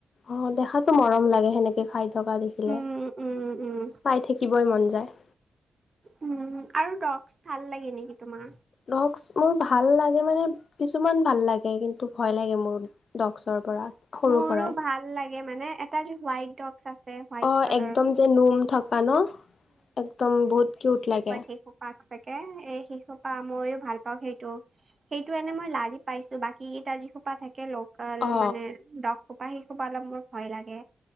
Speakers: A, on the left (about 55°); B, on the right (about 40°).
A: অ' দেখাতো মৰম লাগে সেনেকে খাই থকা দেখি।
B: উম উম উম
A: চাই থাকিবই মন যায়।
B: উম আৰু ডক্সছ ভাল লাগে নেকি তোমাৰ?
A: ডক্স মোৰ ভাল লাগে মানে, কিছুমান ভাল লাগে কিন্তু ভয় লাগে মোৰ। ডক্সৰ পৰা। সৰুৰ
B: মোৰো
A: পৰাই
B: ভাল লাগে মানে এটা যে হোৱাইট ডক্স আছে। হোৱাইট
A: অ'
B: কালাৰৰ
A: একদম যে নুম থকা ন একদম বহুত কিউট লাগে।
B: শিশোপাক চাগে এই শিশোপা ময়ো ভাল পাওঁ সেইটো। সেইটো এনে মই লাৰি পাইছো, বাকী কেইটা যিসোপা থাকে লগ। কল
A: অ
B: মানে দক সোপা শিকোবা অলপ মোৰ ভয় লাগে।